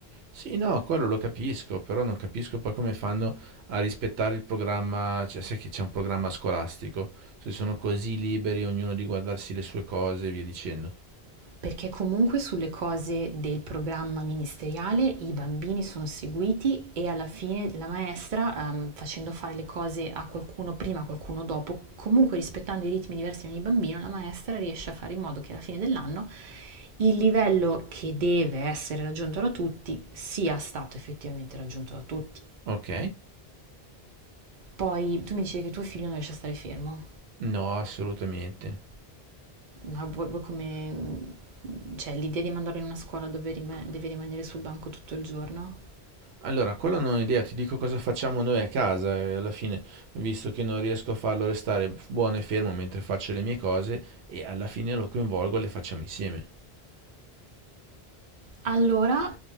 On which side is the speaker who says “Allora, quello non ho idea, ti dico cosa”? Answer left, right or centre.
Right